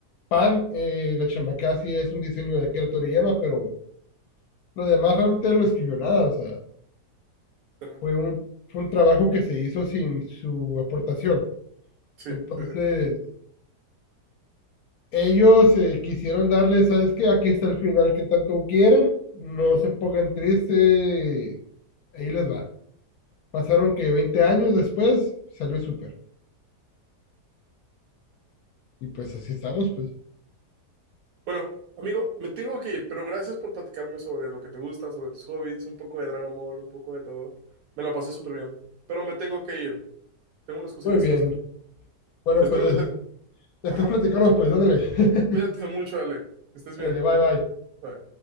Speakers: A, on the left; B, on the right.
A: Pan, eh, la chamaca sí es un diseño de Akira Toriyama, pero lo demás realmente no escribió nada, o sea,
B: Literal.
A: fue un, fue un trabajo que se hizo sin su aportación.
B: Sí,
A: Entonces,
B: sí, sí.
A: ellos eh, quisieron darle, ¿sabes qué? Aquí está el final que tanto quieren, no se pongan tristes, ahí les va. Pasaron que 20 años después salió súper. Y pues así estamos, pues.
B: Bueno, amigo, me tengo que ir, pero gracias por platicarme sobre lo que te gusta, sobre tus hobbies, un poco de Dragon Ball, un poco de todo. Me la pasé súper bien, pero me tengo que ir. Tengo unas cositas
A: Muy bien.
B: que hacer.
A: Bueno,
B: Espero
A: pues
B: que te...
A: después
B: Ajá,
A: platicamos, pues, ándale. <laughs>
B: cuídate mucho, Ale. Que estés bien.
A: Ándale, bye, bye.
B: Bye.